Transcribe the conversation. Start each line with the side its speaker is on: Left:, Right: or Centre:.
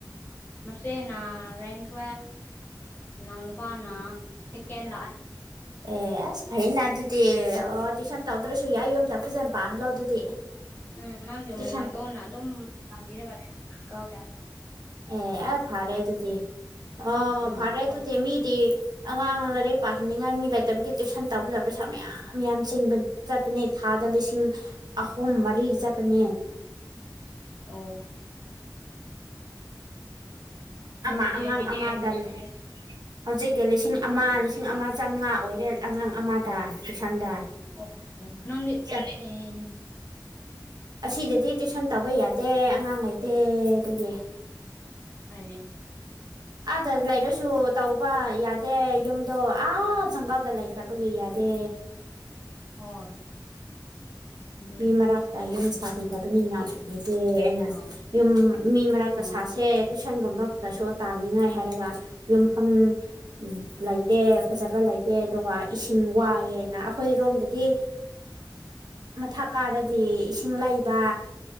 Left: ꯃꯁꯦꯅ ꯔꯥꯏ ꯊꯨ ꯅꯅꯄꯅꯥ ꯁꯤꯀꯦꯟꯂ
Right: ꯑꯦ ꯑꯁ ꯐꯩꯅ ꯑꯗꯨꯗꯤ ꯑꯣ ꯇꯨꯏꯁꯟ ꯇꯧꯗ꯭ꯔꯁꯨ ꯌꯥꯏ ꯌꯨꯝꯗ ꯐꯖꯅ ꯄꯥꯍꯜꯂꯣ ꯑꯗꯨꯗꯤ
Left: ꯎꯝ ꯃꯥꯒꯤ
Right: ꯇꯨꯏꯁꯟ
Left: ꯃꯃꯥꯇꯣꯟꯅ ꯑꯗꯨꯝ ꯇꯝꯕꯤꯔꯒ ꯂꯩ ꯀꯒ
Right: ꯑꯦ ꯑꯦ ꯐꯔꯦ ꯇꯨꯗꯤ ꯑ
Left: ꯎꯝ
Right: ꯐꯔꯦ
Left: ꯍꯣꯏ
Right: ꯇꯨꯗꯤ ꯃꯤꯗꯤ ꯑꯉꯥꯡ ꯂꯥꯏꯔꯛ ꯄꯥꯍꯟꯅꯤꯡꯉꯥꯏ ꯃꯤ ꯂꯩꯇꯕꯒꯤ ꯇꯨꯏꯁꯟ ꯇꯧꯕꯗ ꯄꯩꯁꯥ ꯃꯌꯥꯝ ꯃꯌꯥꯝ ꯆꯤꯡꯕ ꯆꯠꯄꯅꯦ ꯊꯥꯗ ꯂꯤꯁꯤꯡ ꯑꯍꯨꯝ ꯃꯔꯤ ꯆꯠꯄꯅꯦ
Left: ꯑ ꯑꯩꯗꯤꯗꯤ
Right: ꯑꯃ ꯑꯉꯥꯡ
Left: ꯇꯨꯏꯁꯟꯗꯤ
Right: ꯑꯃꯗꯜ
Left: ꯄꯤꯗꯦ
Right: ꯍꯧꯖꯤꯛꯇꯤ ꯂꯤꯁꯤꯡ ꯑꯃ
Left: ꯑꯩꯗꯤ
Right: ꯂꯤꯁꯤꯡ ꯑꯃ ꯆꯥꯃꯉꯥ ꯑꯣꯏꯔꯦ ꯑꯉꯥꯡ ꯑꯃꯗ ꯇꯨꯏꯁꯟꯗ
Left: ꯑꯣ ꯅꯪꯗꯤ
Right: ꯆ
Left: ꯑꯦ
Right: ꯑꯁꯤꯗꯗꯤ ꯇꯨꯏꯁꯟ ꯇꯧꯕ ꯌꯥꯗꯦ ꯑꯉꯥꯡ ꯂꯩꯇꯦ ꯑꯗꯨꯒꯤ
Left: ꯍ
Right: ꯑꯥꯗ ꯂꯩꯔꯨꯁꯨ ꯇꯧꯕ ꯌꯥꯗꯦ ꯌꯨꯝꯗꯣ ꯑꯥ ꯁꯪꯀꯗ ꯂꯩꯈ꯭ꯔꯕ ꯄꯄꯒꯌꯥꯗ
Left: ꯍꯣꯏ <unintelligible> <inaudible> ꯑꯗꯨꯅꯤ
Right: ꯃꯤ ꯃꯔꯛꯇ ꯌꯨꯝ ꯁꯥꯕꯤꯗꯕꯅꯤꯟꯅꯕꯅꯤꯦ
Left: ꯍꯣꯏ
Right: ꯌꯨꯝ ꯃꯤ ꯃꯔꯛꯇ
Left: ꯎꯝ
Right: ꯁꯥꯥꯁꯦ ꯇꯨꯏꯁꯟꯒꯨꯝꯕꯗꯁꯨ ꯇꯥꯅꯤꯡꯉꯥꯏ ꯍꯥꯏꯔꯒ ꯌꯨꯝꯐꯝ ꯎ ꯂꯩꯇꯦ ꯐꯖꯕ ꯂꯩꯇꯦ ꯑꯗꯨꯒ ꯏꯁꯤꯡ ꯋꯥꯏꯑꯦꯅ ꯑꯩꯈꯣꯏꯔꯣꯝꯗꯗꯤ ꯃꯊꯛ ꯀꯥꯔꯗꯤ ꯏꯁꯤꯡ ꯂꯩꯕ